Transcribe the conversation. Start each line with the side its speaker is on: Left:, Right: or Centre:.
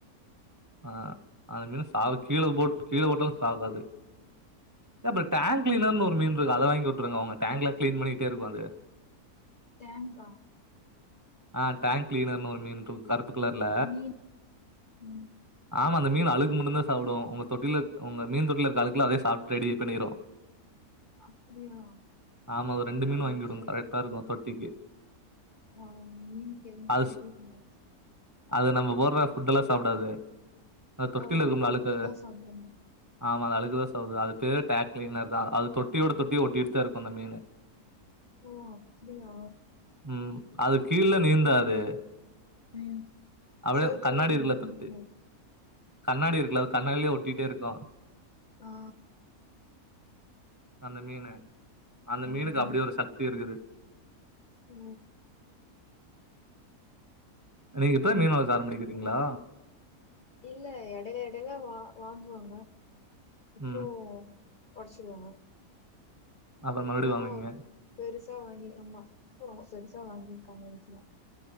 Right: ஆ அந்த மீன சாவு கீழ போட்டு கீழ போட்டாலு சாகாது ஏ அப்ப டேங்க் கிளீனர்னு ஒரு மீன் இருக்கு அத வாங்கி வுட்டுருங்க ஒங்க டேங்க்லா கிளீன் பண்ணிட்டே இருக்கு அது
Left: டேங்கா
Right: ஆ டேங்க் கிளீனர்னு ஒரு மீனு இருக்கு கருப்பு கலர்ல
Left: மீன் ம்
Right: ஆமா அந்த மீனு அழுக்கு மட்டுந்தா சாப்புடு ஒங்க தொட்டில ஒங்க மீன் தொட்டில இருக்க அழுக்க அதே சாப்பிட்டு ரெடி பண்ணிடு
Left: அப்டியா
Right: ஆமா ஒர் ரெண்டு மீனு
Left: ஓகே
Right: வாங்கி வுடுங்க கரெக்டா இருக்கு தொட்டிக்கு
Left: ஆ அந்த மீனு கேள்வி
Right: அது
Left: பட்டதே
Right: ஸ்
Left: இல்லிங்க
Right: அது நம்ம போட்ற ஃபுட்டெல்லா சாப்டாது அத தொட்டில
Left: ஆ
Right: இருக்கும்ல்ல
Left: அழுக்குதா
Right: அழுக்கு அத
Left: சாப்டுவாங்க
Right: ஆமா அது அழுக்குதா அது பேர் டேங்க் கிளீனர்தா அது தொட்டியோட தொட்டி ஒட்டிட்டுதா இருக்கு அந்த மீனு
Left: ஓ அப்டியா
Right: ம் அது கீழ நீந்தாது
Left: ம்
Right: அப்படியே
Left: செவுத்துலதா
Right: கண்ணாடி இருக்குல்ல
Left: நீந்துமா
Right: தொட்டி கண்ணாடி இருக்குல அது கண்ணாடிலியே ஒட்டிட்டே இருக்கு
Left: ஆ
Right: அந்த மீனு அந்த
Left: ம்
Right: மீனுக்கு அப்டி
Left: ம்
Right: ஒரு சக்தி இருக்குது
Left: ஓ
Right: நீங்க இப்பதா மீன் வளக்க ஆரம்பிடிக்றீங்க்ளா
Left: இல்ல எடையில எடையில வா வாங்குவாங்க அப்றோ
Right: ம்.
Left: ஒடைச்சிருவாங்க
Right: அப்புறம்
Left: இப்பலா
Right: மறுபடியும் வாங்குவீங்க.
Left: பெருசா வாங்கி ஆமா இப்போ பெருசா வாங்கிருக்காங்க எங்க வீட்ல